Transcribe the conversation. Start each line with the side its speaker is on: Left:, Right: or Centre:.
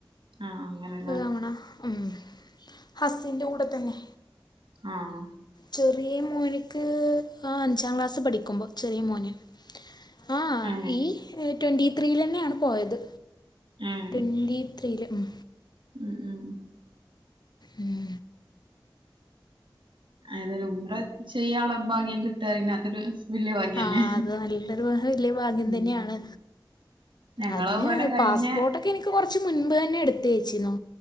Right: ആഹ് അങ്ങനല്ലേ
Left: ഒരു തവണ ഉം ഹസീന്റെ കൂടെ തന്നെ
Right: ആഹ്
Left: ചെറിയ മോന്ക്ക് അഞ്ചാം ക്ലാസ്സ് പഠിക്കുമ്പോ ചെറിയ മോന് ആ
Right: ഏഹ്
Left: ഈ ട്വന്റി ത്രീൽന്നെയാണ് പോയത്
Right: ഏഹ്
Left: ട്വന്റി ത്രീയില് ഉം
Right: ഉം ഉം
Left: ഉം
Right: ഏതായാലും ഉബ്ര ചെയ്യാനുള്ള ഭാഗ്യം കിട്ടി കഴിഞ്ഞാൽ അതൊരു വലിയ ഭാഗ്യന്നെ
Left: ആ അത് നല്ലൊരു വല്യ ഭാഗ്യം തന്നെയാണ്
Right: ഉം ഞങ്ങളതുപോലെ
Left: അതിന്
Right: കഴിഞ്ഞ
Left: പാസ്പോർട്ടൊക്കെ എനിക്ക് ഇൻക്ക് കുറച്ച് മുൻപ് തന്നെ എടുത്ത വേച്ചിന്നോ